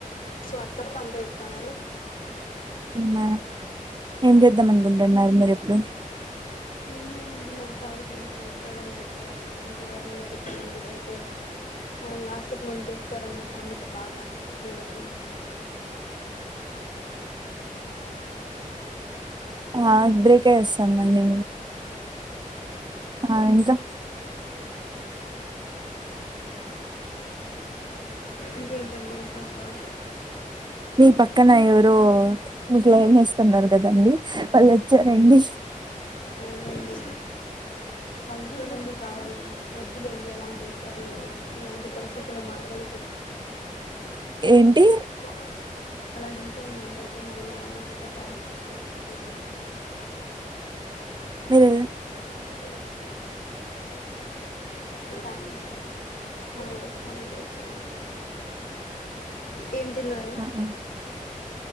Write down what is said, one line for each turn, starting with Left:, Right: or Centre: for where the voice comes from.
Left: సో అత్తప్ప అంతా చెప్తున్నారు
Right: అవునా ఏం చేద్దాం అనుకుంటున్నారు. మీరు ఇప్పుడు
Left: ఏం లేదంటే నా పాడు నేను చదువుకోవడం. బెటర్ కదా అంటే ఎవరి అన్న ముందు డిపెండు అయితే ఆ లాస్ట్ కు ముంచేస్తారన్న సమెత బాగా అలవటు అయింది.
Right: ఆ బ్రేక్ అయి వస్తందండి. ఆ ఇంకా
Left: ఇంకేంటండి విశేషాలు
Right: మీ పక్కన ఎవరో మీకు ఏమేస్తున్నారు కదండి. వాళ్ళు వొచ్చ రండీ
Left: అవునండి వాళ్ళు చూడండి కావాలంటె వద్దులేండి అలాంటి విషయాలు ఇలాంటి పరిస్థితులో మాట్లాడాకూడదు వ సాల
Right: ఏంటి
Left: పా అలాంటి విషయాలు మాట్లాడితే మళ్ళా ఇంకొక టాస్క్ ఇచ్చినప్పుడు పోతుంది
Right: మీర్
Left: హఓ టాస్క్ ఇచ్చినప్పుడు మన వాయిస్ మనకే వస్తది. ఏం తిన్నారు
Right: ఆ